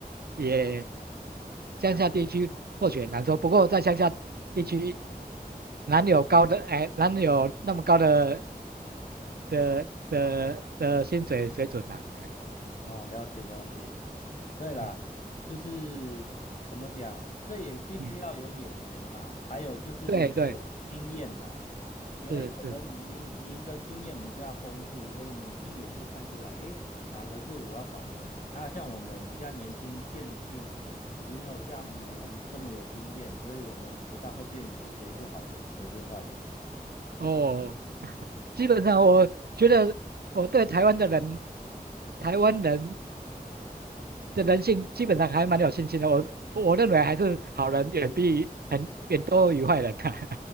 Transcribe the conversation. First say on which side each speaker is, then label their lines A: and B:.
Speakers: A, on the right; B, on the left.
A: 也乡下地区或许很难说。不过在乡下地区，哪里有高的，哎，哪里有那么高的的的的薪水水准呢、哎，
B: 哦，了解了解。对啦，
A: 嗯
B: 就是怎么讲，这也必须要有眼缘呐，
A: 嗯，
B: 还有就是你的经验呐，
A: 对对，
B: 因为可能您您的经验比较丰富，
A: 是是，
B: 所以你一眼就看出来，诶，哪个是我要找的人。那像我们比较年轻，见识没有像你们这么有经验，所以我们也不太会辨别谁是好人，谁是坏人。
A: 哦，基本上我觉得我对台湾的人，台湾人。的人性基本上还蛮有信心的。我我认为还是好人远比很远多于坏人啊。